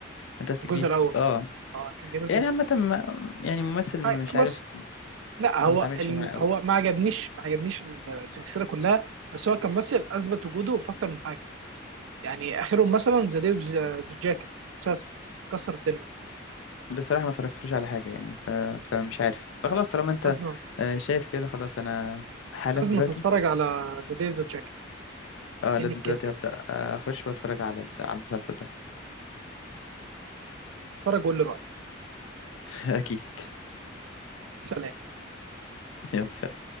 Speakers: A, on the left; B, on the right.
A: فانتاستيك
B: الجزء
A: بيس
B: الاول
A: اه
B: اه كان جميل
A: يعني
B: جدا
A: عامة ما- يعني ممثل مش
B: هاي- بص
A: عارف
B: لا هو
A: ما بتعاملش
B: الم...
A: معاه قوي
B: هو ما عجبنيش ما عجبنيش السلسلة كلها بس هو كان ممثل اثبت وجوده في اكتر من حاجة يعني اخرهم مثلا ذا ديف ذا جاكيت مسلسل كسر الدنيا
A: بصراحة ما اتفرجتلوش على حاجة يعني ف... فمش عارف فخلاص
B: آه،
A: طالما انت
B: لازم
A: آه، شايف كده خلاص انا حالا
B: لازم
A: دلوقتي
B: تتفرج على ذا ديف ذا جاكيت
A: اه لازم
B: جامد
A: دلوقتي
B: جدا
A: هبدأ آه، اخش واتفرج على ال- على المسلسل ده
B: اتفرج وقول لي رايك
A: <laughs> اكيد
B: سلام
A: يلا سلام